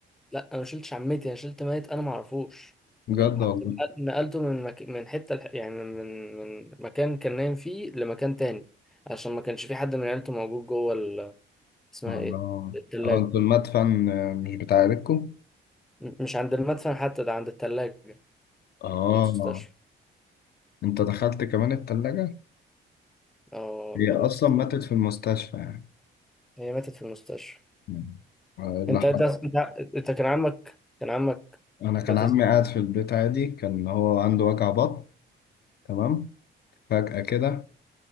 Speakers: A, in the centre; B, on the left (about 55°).
A: لا انا ما شلتش عمتي انا شلت ميت انا ما اعرفوش
B: بجد
A: حطيت
B: والله
A: نقلته من مك... من حتة لح- يعني من من مكان كان نايم فيه لمكان تاني عشان ما كانش في حد من عيلته موجود جوه ال... اسمها
B: اه
A: ايه
B: اه
A: التلاجة
B: آه، انتوا المدفن آه، مش بتاع عيلتكوا
A: م- مش عند المدفن حتى ده عند التلاجة
B: اه
A: في المستشفى
B: انت دخلت كمان التلاجة
A: اه والله
B: هي اصلا
A: يستر
B: ماتت في المستشفى يعني
A: هي ماتت في المستشفى
B: مم. آه، اللي
A: انت
B: حصل
A: انت انت, انت كان عمك كان عمك
B: انا كان
A: مات
B: عمي قاعد في البيت عادي كان هو عنده وجع بطن تمام فجأة كده